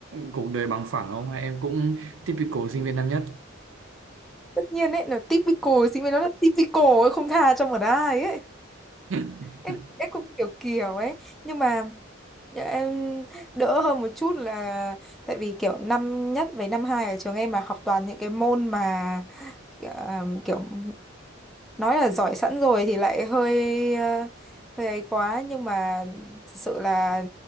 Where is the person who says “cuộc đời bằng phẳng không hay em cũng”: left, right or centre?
Right